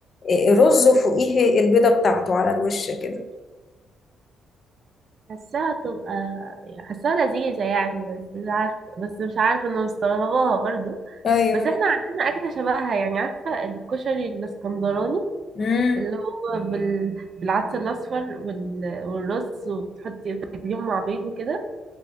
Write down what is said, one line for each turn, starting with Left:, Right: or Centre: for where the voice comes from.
Left: آه، رز وفوقيه البيضة بتاعته على الوش كده
Right: حاساها تبقى يعني حاساها لذيذة يعني بس مش عارفة بس مش عارفة انه مستغرباها برضو
Left: ايوه
Right: بس احنا عندنا أكلة شبهها يعني عارفة الكشري الاسكندراني
Left: امم
Right: اللي هو بال... بالعدس الأصفر وال... والرز وتحطي تاكليهم مع بيض وكده